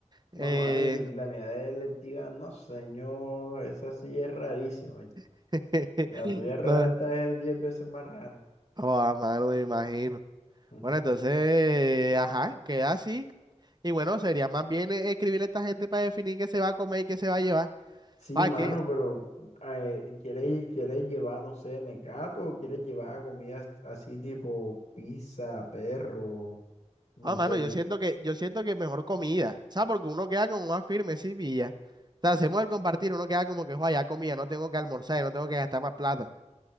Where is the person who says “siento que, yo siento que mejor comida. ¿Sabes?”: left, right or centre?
Right